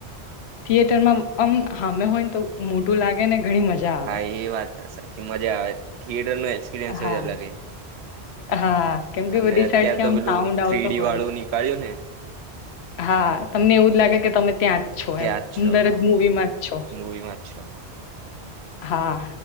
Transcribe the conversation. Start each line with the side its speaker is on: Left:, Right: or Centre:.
Left: થિયેટરમાં અ આમ હામે હોય ને તો મોટું લાગે ને ઘણી મજા આવે.
Right: હા એ વાર્તા સાચી. મજા આવે થિયેટર નો એક્સપિરિયન્સ
Left: હા
Right: જ અલગ
Left: હા કેમ કે
Right: અને
Left: બધી
Right: અત્ય્યારે
Left: સાઈડથી
Right: તો
Left: આમ
Right: પેલું
Left: સાઉન્ડ
Right: થ્રીડી
Left: આવતો હોય.
Right: વાળું નીકળ્યું ને
Left: હા તમને એવું જ લાગે કે તમે ત્યાં જ છો
Right: ત્યાં
Left: એમ
Right: છો
Left: અંદર
Right: હા
Left: જ મુવી માં જ છો.
Right: મૂવીમાં જ છો
Left: હા